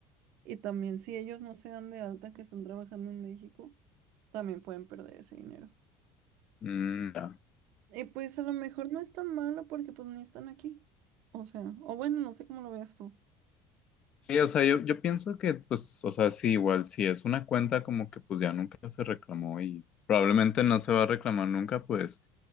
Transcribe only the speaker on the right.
Y también si ellos no se dan de alta que están trabajando en México, también pueden perder ese dinero.
Y pues a lo mejor no es tan malo porque pues ni están aquí. O sea, o bueno, no sé cómo lo veas tú.